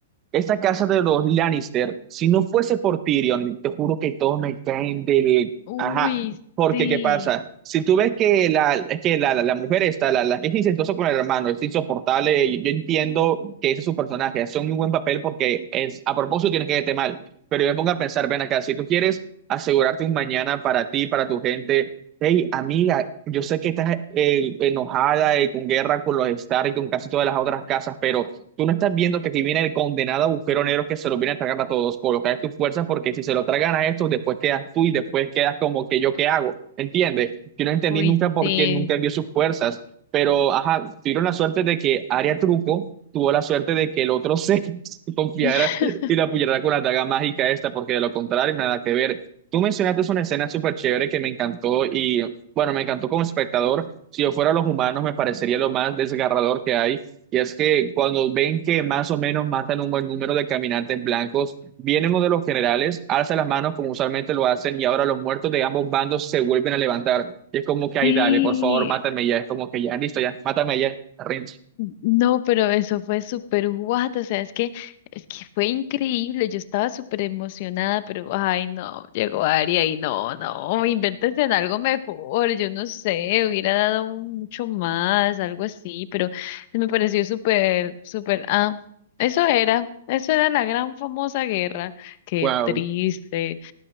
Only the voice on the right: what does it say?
Esta casa de los Lannister, si no fuese por Tyrion, te juro que todos me caen del...
Ajá, porque
¿qué pasa? Si tú ves que la, es que la, la, la mujer está, la, la que es incestuosa con el hermano, es insoportable, y yo, entiendo que ese es su personaje, hace un muy buen papel porque es, a propósito tienes que verte mal, pero yo me pongo a pensar, ven acá, si tú quieres asegurarte un mañana para ti, para tu gente, hey, amiga, yo sé que estás eh, enojada, eh, con guerra con los Stark y con casi todas las otras casas, pero... Tú no estás viendo que aquí viene el condenado agujero negro que se lo viene a tragar a todos. Colocar tus fuerzas porque si se lo tragan a estos, después quedas tú y después quedas como que yo qué hago. ¿Entiendes? Yo no entendí
nunca por
qué nunca vio sus fuerzas. Pero, ajá, tuvieron la suerte de que Aria Truco tuvo la suerte de que el otro se, <laughs> se confiara
y la apoyara con la daga mágica esta, porque de lo contrario, nada que ver. Tú mencionaste una escena súper chévere que me encantó y, bueno, me encantó como espectador. Si yo fuera los humanos, me parecería lo más desgarrador que hay y es que cuando ven que más o menos matan un buen número de caminantes blancos, vienen uno de los generales, alza las manos como usualmente lo hacen y ahora los muertos de ambos bandos se vuelven a levantar. Y es como que, ay,
dale, por favor, mátame ya. Es como que ya, listo, ya, mátame ya. Rinse.
Wow.